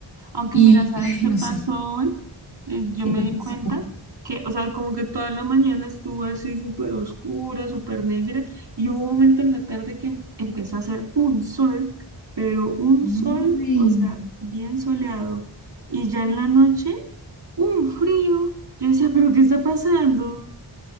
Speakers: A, on the right; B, on the left.
A: Aunque
B: Y,
A: mira, ¿sabes
B: <laughs> ay,
A: qué
B: no
A: pasó
B: sé,
A: hoy? Eh, yo
B: ¿qué
A: me
B: te
A: di
B: pasó?
A: cuenta que, o sea, como que toda la mañana estuvo así súper oscura, súper negra, y hubo un momento en la tarde que empezó a hacer un sol, pero un
B: Ay.
A: sol, o sea, bien soleado. Y ya en la noche, un frío. Yo decía, ¿pero qué está pasando?